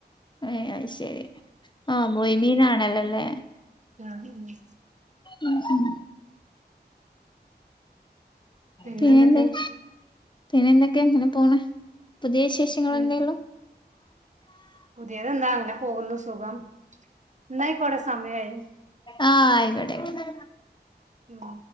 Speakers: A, on the left (about 25°); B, on the right (about 45°).
A: ഏ അയ്ശെരി ആ മൊയ്മീനാണല്ലേള്ളത്
B: ആ അതന്നെ
A: ഉം ഉം
B: പിന്നെ
A: പിന്നെന്തേ
B: എന്തൊക്കെ
A: പിന്നെ എന്തൊക്കെയാ ങ്ങനെ പോണ് പുതിയ വിശേഷങ്ങൾ
B: ഉം
A: എന്തേള്ളു
B: പുതിയത് എന്താ അങ്ങനെ പോകുന്നു സുഖം എന്നായിക്കോടെ സമയായി
A: ആ ആയിക്കോട്ടെ അയ്ക്കോട്ടേ
B: മ്